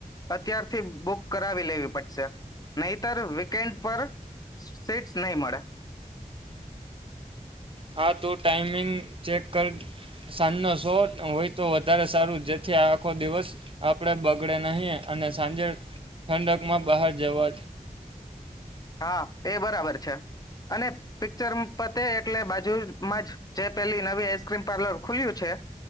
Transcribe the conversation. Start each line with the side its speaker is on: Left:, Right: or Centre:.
Left: અત્યારથી બુક કરાવી લેવી પડશે નહીતર વીકેન્ડ પર સીટસ નહી મળે
Right: હા તું ટાાઈમિંગ ચેક કર સાંજનો શો હોય તો વધારે સારું જેથી આ આખો દિવસ આપણે બગડે નહીં અને સાંજે ઠંડકમાં બહાર જવા
Left: હા એ બરાબર છે અને પિક્ચર પતે એટલે બાજુમાં જ જે પેલી નવી આઈસ્ક્રીમ પાર્લર ખુલ્યું છે